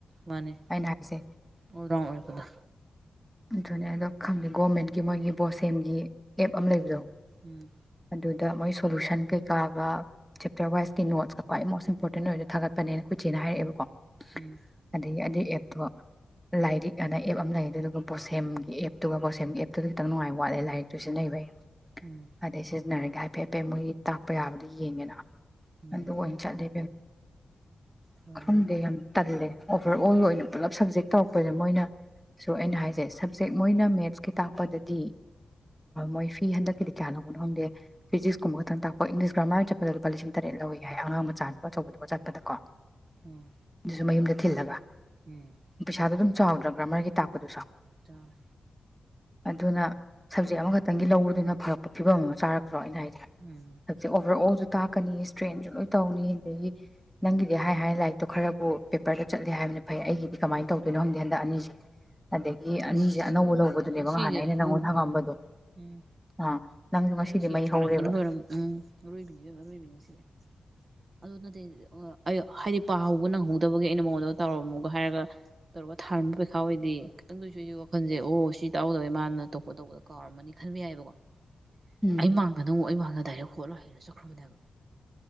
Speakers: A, on the right; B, in the centre.
A: ꯃꯥꯅꯤ
B: ꯑꯩꯅ ꯍꯥꯏꯁꯦ
A: ꯑꯣꯔꯣꯡ ꯑꯣꯏꯕꯗ
B: ꯑꯗꯨꯅꯦ ꯑꯗꯣ ꯈꯪꯗꯦ ꯒꯣꯔꯃꯦꯟꯒꯤ ꯃꯣꯏꯒꯤ ꯕꯣꯁꯦꯝꯒꯤ ꯑꯦꯞ ꯑꯃ ꯂꯩꯕꯗꯣ
A: ꯎꯝ
B: ꯑꯗꯨꯗ ꯃꯣꯏ ꯁꯣꯂꯨꯁꯟ ꯀꯩꯀꯥꯒ ꯆꯦꯞꯇꯔ ꯋꯥꯏꯁꯀꯤ ꯅꯣꯠꯁꯀ ꯈ꯭ꯋꯥꯏ ꯃꯣꯁ ꯏꯝꯄꯣꯔꯇꯦꯟ ꯑꯣꯏꯅ ꯊꯥꯒꯠꯄꯅꯦꯅ ꯀꯣꯏꯆꯦ ꯍꯥꯏꯔꯑꯦꯕꯀꯣ
A: ꯎꯝ
B: ꯑꯗꯒꯤ ꯑꯗꯩ ꯑꯗꯣ ꯂꯥꯏꯔꯤꯛ ꯑꯅ ꯑꯦꯞ ꯑꯃ ꯂꯩꯌꯦ ꯑꯗꯨꯗꯨꯒ ꯕꯣꯁꯦꯝꯒꯤ ꯑꯦꯞꯇꯨꯒ ꯕꯣꯁꯦꯝꯒꯤ ꯑꯦꯞꯇꯨꯗ ꯈꯤꯇꯪ ꯅꯨꯡꯉꯥꯏꯕ ꯋꯥꯠꯂꯦ ꯂꯥꯏꯔꯤꯛꯇꯨ ꯁꯤꯟꯅꯩꯕꯩ
A: ꯎꯝ
B: ꯑꯗꯩ ꯁꯤꯖꯤꯟꯅꯔꯤ ꯀꯥꯏ ꯍꯐꯦꯠ ꯐꯦꯠ ꯃꯣꯏ ꯏꯝ ꯀꯥꯌꯝꯗꯤ ꯌꯦꯡꯉꯦꯅ
A: ꯎꯝ
B: ꯑꯗꯨ ꯑꯣꯏꯅ ꯆꯠꯂꯦ
A: ꯍꯣꯏ
B: <unintelligible> ꯈꯪꯗꯦ ꯌꯥꯝ ꯇꯜꯂꯦ ꯑꯣꯚꯔ ꯑꯣꯜ ꯑꯣꯏꯅ ꯄꯨꯜꯂꯞ ꯁꯞꯖꯦꯛ ꯇꯧꯔꯛꯄꯁꯦ ꯃꯣꯏꯅ ꯁꯨ ꯑꯩꯅ ꯍꯥꯏꯖꯩ ꯁꯕꯖꯦꯛ ꯃꯣꯏꯅ ꯃꯦꯠꯁꯀꯤ ꯇꯥꯛꯄꯗꯗꯤ ꯃꯣꯏ ꯐꯤ ꯍꯟꯗꯛꯀꯤꯗꯤ ꯀꯌꯥ ꯂꯧꯕꯅꯣ ꯈꯪꯗꯦ ꯐꯤꯖꯤꯛꯁꯀꯨꯝꯕ ꯈꯛꯇꯪ ꯇꯥꯛꯄ ꯏꯪꯂꯤꯁ ꯒ꯭ꯔꯥꯃꯔ ꯆꯠꯄꯗ ꯂꯨꯄꯥ ꯂꯤꯁꯤꯡ ꯇꯔꯦꯠ ꯂꯧꯋꯦ ꯍꯥꯏ ꯑꯉꯥꯡ ꯃꯆꯥꯗꯨꯒ ꯑꯆꯧꯕꯗꯨꯒ ꯆꯠꯄꯗ ꯀꯣ
A: ꯎꯝ
B: ꯑꯗꯨꯁꯨ ꯃꯌꯨꯝꯗ ꯊꯤꯜꯂꯒ
A: ꯎꯝ
B: ꯄꯩꯁꯥꯗꫭ ꯑꯗꯨꯝ ꯆꯥꯎꯗ꯭ꯔꯕ ꯒ꯭ꯔꯃꯒꯤ ꯇꯥꯛꯄꯗꯁꯨ
A: ꯆꯥꯎꯋꯦ
B: ꯑꯗꯨꯅ ꯁꯕꯖꯦꯛ ꯑꯃꯈꯛꯇꯪꯒꯤ ꯂꯧꯕꯗꯨꯅ ꯐꯔꯛꯄ ꯐꯤꯕꯝ ꯑꯃ ꯆꯥꯔꯛꯄ ꯅꯠꯇ꯭ꯔꯣ ꯑꯩꯅ ꯍꯥꯏꯖꯦ
A: ꯎꯝ
B: ꯁꯕꯖꯦꯛ ꯑꯣꯕꯔ ꯑꯣꯜꯁꯨ ꯇꯥꯛꯀꯅꯤ ꯏꯁꯇ꯭ꯔꯦꯟꯁꯨ ꯂꯣꯏ ꯇꯧꯅꯤ ꯑꯗꯒꯤ ꯅꯪꯒꯤꯗꯤ ꯍꯥꯏ ꯍꯥꯏ ꯂꯥꯏꯔꯤꯛꯇꯣ ꯈꯔꯕꯨ ꯄꯦꯄꯔꯗ ꯆꯠꯂꯦ ꯍꯥꯏꯕꯅꯤ ꯐꯩ ꯑꯩꯒꯤꯗꯤ ꯀꯃꯥꯏꯅ ꯇꯧꯗꯣꯏꯅꯣ ꯈꯪꯗꯦ ꯍꯟꯗꯛ ꯑꯅꯤꯁꯦ ꯑꯗꯒꯤ ꯑꯅꯤꯁꯦ
A: ꯑꯁ
B: ꯑꯅꯧꯕ
A: ꯈꯪꯗꯦ
B: ꯂꯧꯕꯗꯨꯅꯦꯕ
A: ꯉꯁꯤꯗꯤ
B: ꯉꯥꯏꯍꯥꯟ ꯑꯩꯅ
A: ꯑꯩ
B: ꯅꯪꯉꯣꯟꯗ
A: ꯈꯪꯗꯦ
B: ꯍꯪꯉꯛ
A: ꯎꯝ
B: ꯑꯝꯕꯗꯣ
A: ꯎꯝ
B: ꯑꯥ ꯅꯪꯁꯨ ꯉꯁꯤꯗꯤ
A: ꯑꯩ ꯉꯁꯤ
B: ꯃꯩ
A: ꯌꯝ ꯁꯧꯅꯤꯡꯕꯅ
B: ꯍꯧꯔꯦꯕ
A: ꯂꫭꯏꯔꯝꯅꯤ ꯎꯝ ꯑꯔꫭꯏꯕꯤꯅꯤ ꯏꯕꯦꯝꯄꯥ ꯑꯔꫭꯏꯕꯤꯅꯤ ꯉꯁꯤꯗꯤ ꯑꯗꫭ ꯅꯠꯇꯦ ꯑ ꯍꯥꯏꯗꯤ ꯄꯥꯍꯧꯕ ꯅꯪꯍꯧꯗꯕꯒꯤ ꯑꯩꯅ ꯃꯉꯣꯟꯗ ꯇꯥꯎꯔꯝꯃꯣꯒ ꯍꯥꯏꯔꯒ ꯇꯧꯔꯒ ꯊꯥꯔꯝꯕ ꯄꯩꯈꯥ ꯑꯣꯏꯗꯤ ꯈꯤꯇꯪꯗꯣꯏꯁꯨ ꯋꯥꯈꯜꯁꯦ ꯑꯣ ꯁꯤ ꯇꯥꯛꯍꯧꯗꯕꯦ ꯃꯥꯅ ꯑꯇꯣꯞꯄ ꯇꯧꯕꯗ ꯀꯥꯎꯔꯝꯃꯅꯤ ꯈꯟꯕ ꯌꯥꯏꯕꯀꯣ
B: ꯎꯝ
A: ꯑꯩ ꯃꯥꯡꯗ ꯅꯪꯕꯨ ꯑꯩ ꯃꯥꯡꯗ ꯗꯥꯏꯔꯦꯛ ꯍꯣꯠꯂꯣ ꯍꯩꯔ ꯆꯠꯈ꯭ꯔꯕꯅꯦꯕ